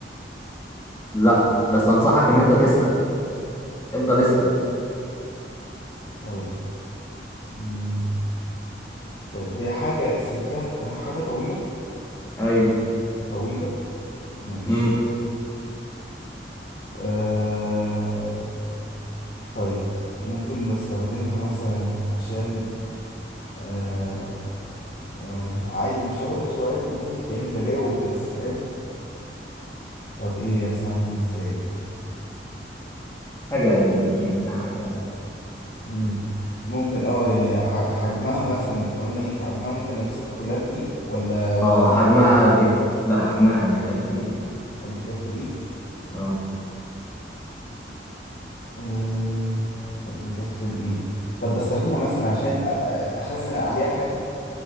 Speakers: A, on the left; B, on the left.
A: لا بس انصحك ان انت تسال افضل اسال
B: طيب مم. طيب هي حاجة سلكها ط- حاجة طويلة
A: ايوه
B: طويلة ماشي
A: امم
B: آه... طيب ممكن بستخدمها مثلا عشان آه... آه، مش عايز مش عايز أقول سؤال يكون كأني بجاوب بس فاهم طب إيه أساعدني إزاي
A: حاجه قد الايد حاجه
B: مم. ممكن اه يعني ح- حجمها مثلا احنا قلنا ايه حجمها ممكن امسكها كلها في ايدي ولا ولا
A: اه
B: لازم
A: حجمها
B: احطها على حاجة
A: قد ك- لا حجمها قد كف الايد
B: قد كف الايد
A: اه
B: آه، قد كف الايد طب بستخدمها مثلا عشان أ- أ- اخزن عليها حاجة